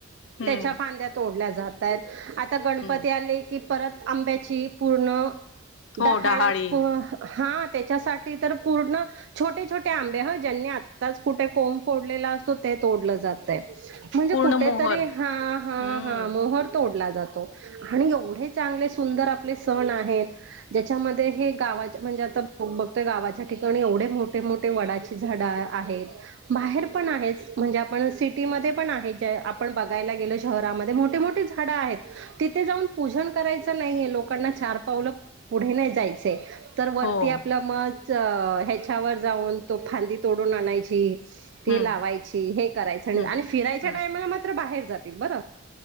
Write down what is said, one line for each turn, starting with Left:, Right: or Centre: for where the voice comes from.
Left: हम्म
Right: त्याच्या फांद्या तोडल्या जात तात. आता गणपती
Left: हम्म
Right: आले की परत आंब्याची पूर्ण
Left: हो
Right: डहाळच
Left: डहाळी
Right: <unintelligible> हा त्याच्यासाठी तर पूर्ण छोटे छोटे आंबे ह ज्यांनी आत्ताच कुठे कोंब फोडलेला असतो ते तोडलं जात आहे. म्हणजे
Left: पूर्ण
Right: कुठेतरी
Left: मोहर
Right: हा हा
Left: हम्म
Right: हा मोहर फोडला जातो. आणि एवढे चांगले सुंदर आपले सण आहेत. ज्याच्यामध्ये हे गावाचे म्हणजे आता ब बघतोय गावाच्या ठिकाणी एवढे मोठे मोठे वडाची झाडं आहेत. बाहेर पण आहे म्हणजे आपण सिटीमध्ये पण आहे. <inaudible> आपण बघायला गेलो शहरामध्ये मोठ मोठे मोठे झाडे खडा आहेत तिथे जाऊन पूजन करायचं नाहीये लोकांना चछार पावलं पुढे नाही जायचे तर वरती
Left: हो.
Right: आपल्या म ह्याच्यावर जाऊन तो फांदी तोडून आणायची ती
Left: हं,
Right: लावायची हे करायचं आणि
Left: हं,
Right: आणि फिरायच्या
Left: हं.
Right: टायमला मात्र बाहेर जातील बर